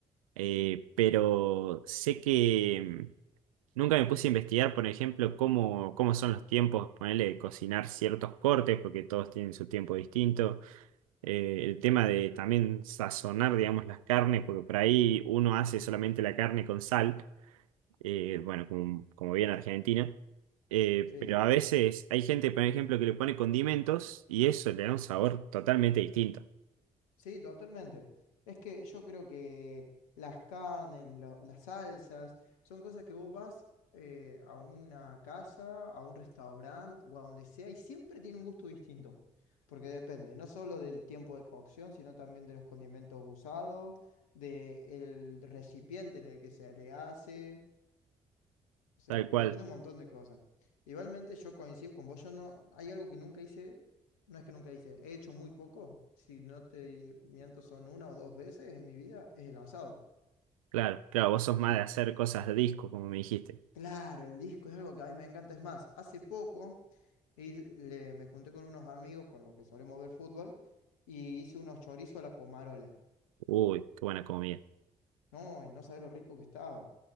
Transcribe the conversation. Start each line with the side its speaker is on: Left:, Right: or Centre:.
Right: eh, pero sé que mm, nunca me puse a investigar, por ejemplo, cómo, cómo son los tiempos, ponerle de cocinar ciertos cortes, porque todos tienen su tiempo distinto eh, el tema de también sazonar, digamos, las carnes, porque por ahí uno hace solamente la carne con sal, eh, bueno, como, como bien argentino, eh,
Left: Sí,
Right: pero
Left: sí.
Right: a veces hay gente, por ejemplo, que le pone condimentos y eso le da un sabor totalmente distinto,
Left: Sí, totalmente. Es que yo creo que las carnes, lo- las salsas, son cosas que vos vas eh, a una casa, a un restaurante o a donde sea y siempre tiene un gusto distinto. Porque depende, no solo del tiempo de cocción, sino también de los condimentos usados, del recipiente en el que se le hace. O sea,
Right: tal
Left: co-
Right: cual,
Left: depende un montón de cosas. Igualmente yo coincido con vos, yo no, hay algo que nunca hice, no es que nunca hice, he hecho muy poco, si no te miento son una o dos veces en mi vida, es el asado.
Right: claro, claro, vos sos más
Left: Y eh,
Right: de hacer cosas de disco, como me dijiste.
Left: claro, el disco es algo que a mí me encanta, es más, hace poco y le- me junté con unos amigos con los que solemos ver fútbol y hice unos chorizos a la pomarola.
Right: Uy, qué buena comida.
Left: No, y no sabés lo rico que estaba.